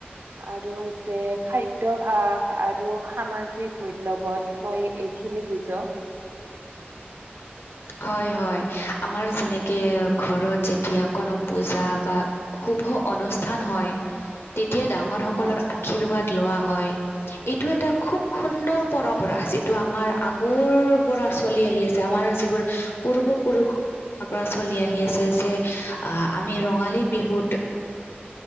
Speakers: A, on the right; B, on the left.
A: আৰু হৈছে খাদ্য ভাৱ আৰু সামাজিক মূল্যবোধ মই এইখিনি বুজো <inaudible>
B: হয় - হয়, আমাৰ যেনেকে ঘৰত যেতিয়া কোনো পূজা বা শুভ অনুষ্ঠান হয় তেতিয়া ডাঙৰ সকলৰ
A: হয়
B: আশীৰ্বাদ লোৱা হয় এইটো এটা খুব সুন্দৰ পৰম্পৰা যিটো আমাৰ আগৰ পৰা চলি আহি আছে আমাৰ যিবোৰ পূৰ্ব পুৰুষ পৰা চলি আহি আছে যে আহ আমি ৰঙালী বিহুত